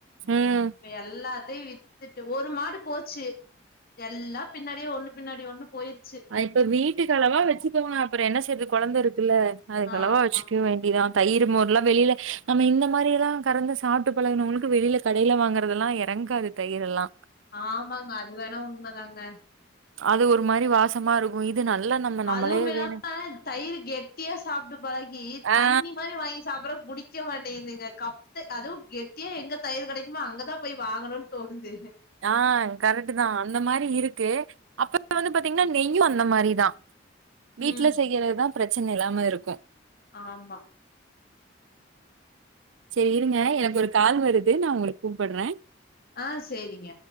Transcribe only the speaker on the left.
ப எல்லாத்தையு வித்துட்டு ஒரு மாடு போச்சு எல்லா பின்னாடியே ஒண்ணு பின்னாடி ஒண்ணு போயிர்
ஆமா
ஆமாங்க அது வேணா உண்மதாங்க
அதுவு இல்லாம
தயிர் கெட்டியா சாப்பிட்டு பழகி தண்ணி
மாரி வாங்கி சாப்பிடிறக்கு புடி புடிக்க மாட்டேங்குதுங்க கப்பு அதுவு கெட்டியா எங்க தயிர் கெடைக்குமோ அங்கதா போய் வாங்கணும்னு தோணுது
ம்
ஆமா
ஆ சேரிங்க